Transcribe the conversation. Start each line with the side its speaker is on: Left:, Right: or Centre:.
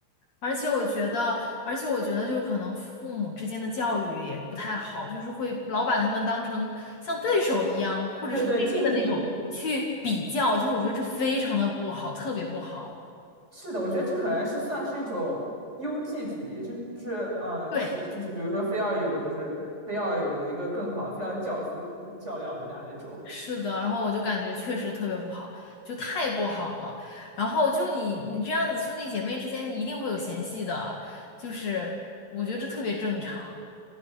Left: 而且我觉得，而且我觉得就是可能父母之间的教育也不太好，就是会老把他们当成像对手一样，或者是对立的那种去比较，
Right: 对对，竞品
Left: 就我觉得这非常的不好，特别不好。
Right: 是的，我觉得这可能是算是一种优绩主义，就是呃，
Left: 对。
Right: 谁就是比如说非要有就是非要有一个更好的，非要较出较量一下那种。
Left: 是的，然后我就感觉确实特别不好，就太不好了。然后就你你这样子，兄弟姐妹之间一定会有嫌隙的，就是我觉得这特别正常。